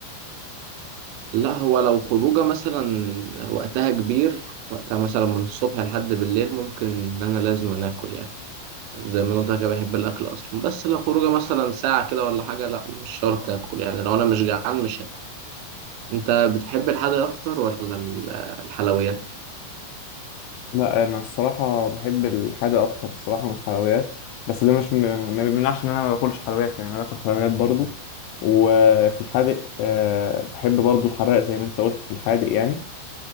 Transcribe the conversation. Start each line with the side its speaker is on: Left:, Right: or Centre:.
Right: لا هو لو خروجه مثلا وقتها كبير وقتها مثلا من الصبح لحد بالليل ممكن ان انا لازم أنا اكل يعني زي ما قلت لك أنا بحب الاكل اصلا بس لو خروجه مثلا ساعه كده ولا حاجه لا مش شرط اكل يعني لو انا مش جعان مش هاكل انت بتحب الحادق اكتر ولا ال- الحلويات
Left: لا انا الصراحه بحب الحادق اكتر الصراحه من الحلويات بس ده مش م... ما بيمنعش ان انا ما باكلش حلويات يعني انا باكل حلويات برضو وفي الحادق آه، بحب برضو الحراق زي ما انت قلت في الحادق يعني